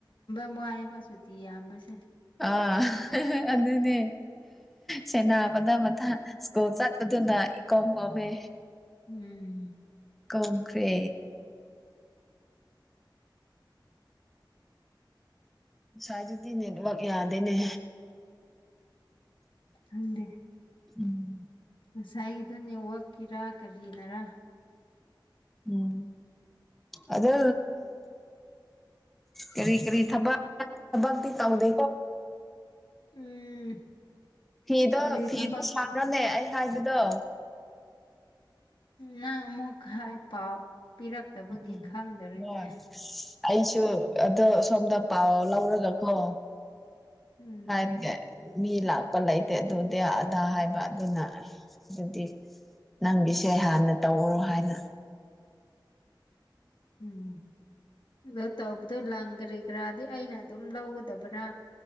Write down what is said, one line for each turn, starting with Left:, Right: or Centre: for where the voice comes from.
Left: ꯃꯑ ꯄꯁꯨꯨ ꯊꯤ ꯌꯥ ꯃꯁ
Centre: ꯑ ꯑꯗꯨꯅꯦ ꯁꯦꯅꯥ ꯃꯊꯪ ꯃꯊꯪ ꯁ꯭ꯀꯣꯜ ꯆꯠꯄꯗꯨꯅ ꯀꯝ ꯀꯃꯦ
Left: ꯎꯝ
Centre: ꯀꯝꯈ꯭ꯔꯦ ꯉꯁꯋꯥꯥꯏꯗꯨꯗꯤ ꯅꯦꯠꯋꯛ ꯌꯥꯗꯦꯅꯦ
Left: ꯈꯪꯗꯦ
Centre: ꯎꯝ
Left: ꯉꯁꯥꯏꯒꯤꯗꯣ ꯅꯦꯠꯋꯥꯛꯀꯤꯔ ꯀꯔꯤꯅꯔꯥ
Centre: ꯎꯝ ꯑꯗꯣ ꯀꯔꯤ ꯀꯔꯤ ꯊꯕꯛ ꯊꯕꯤ ꯇꯧꯗꯣ
Left: ꯎꯝ
Centre: ꯐꯤꯗꯣ
Left: ꯀꯔꯤ
Centre: ꯐꯤꯗꯣ
Left: ꯊꯕꯛ
Centre: ꯁꯥꯔꯅꯦ ꯑꯩ ꯍꯥꯏꯕꯗꯣ
Left: ꯃ ꯑꯃꯨꯛ ꯍꯥꯏꯥꯏ ꯄꯥꯎ ꯄꯤꯔꯛꯇꯕꯒꯤ
Centre: ꯎꯝ
Left: ꯈꯪꯗꯔꯤꯅꯦ
Centre: ꯍ ꯑꯩꯁꯨ ꯑꯗꯣ ꯁꯣꯝꯗ ꯄꯥꯎ ꯂꯧꯔꯒꯀꯣ
Left: ꯎꯝ
Centre: ꯍꯥꯏꯦ ꯃꯤ ꯂꯥꯛꯄ ꯂꯩꯇꯦ ꯑꯗꯨꯗꯤ ꯑꯗꯥ ꯍꯥꯏꯕ ꯑꯗꯨꯅ ꯑꯗꯨꯗꯤ ꯅꯪꯒꯤꯁꯦ ꯍꯥꯟꯅ ꯇꯧꯔꯣ ꯍꯥꯏꯅ
Left: ꯎꯝ ꯇ ꯑꯗꯨ ꯂꯪꯈ꯭ꯔꯤ ꯀꯔꯥꯗꯤ ꯑꯩꯅ ꯑꯗꯨꯝ ꯂꯧꯒꯗꯕ꯭ꯔꯥ